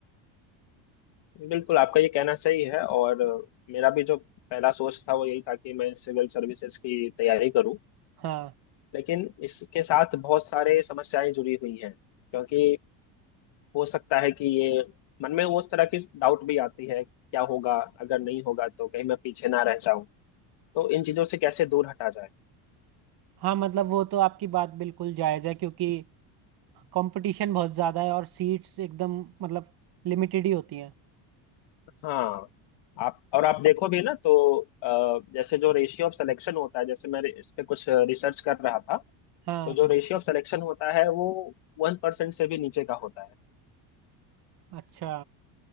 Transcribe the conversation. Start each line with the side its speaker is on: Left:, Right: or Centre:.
Left: बिल्कुल आपका ये कहना सही है और मेरा भी जो पहला सोच था वो यही था कि मैं सिविल सर्विसेज की तैयारी करूं
Right: हाँ
Left: लेकिन इसके साथ बहुत सारे समस्याएं जुड़ी हुई हैं क्योंकि हो सकता है कि ये मन में उस तरह की डाउट भी आती है क्या होगा अगर नहीं होगा तो कहीं मैं पीछे ना रह जाऊं तो इन चीजों से कैसे दूर हटा जाए
Right: हाँ मतलब वो तो आपकी बात बिल्कुल जायज़ है क्योंकि कंपटीशन बहुत ज़्यादा है और सीट्स एकदम मतलब लिमिटेड ही होती हैं
Left: हाँ आप और आप देखो भी ना तो अ, जैसे जो रेशियो ऑफ सिलेक्शन होता है जैसे मैं इस पे कुछ रिसर्च कर रहा था
Right: हाँ
Left: तो जो रेशियो ऑफ सिलेक्शन होता है वो वन परसेंट से भी नीचे का होता है
Right: अच्छा